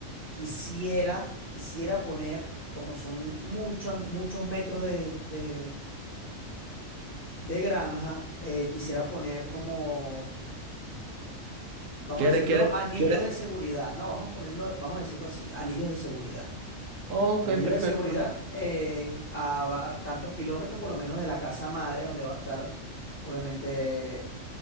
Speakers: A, on the left; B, on the right.
A: quisiera, quisiera poner, como son muchos, muchos metros de, de- de granja, eh, quisiera poner como, vamos
B: ¿Quiere,
A: a decirlo,
B: quiere,
A: anillos
B: quiere?
A: de seguridad. No, vamos a ponerlo, vamos a decirlo así, anillos de seguridad.
B: Ok,
A: Anillos
B: perfecto.
A: de seguridad en- a, va- tantos kilómetros por lo menos de la casa madre, donde va a estar, obviamente,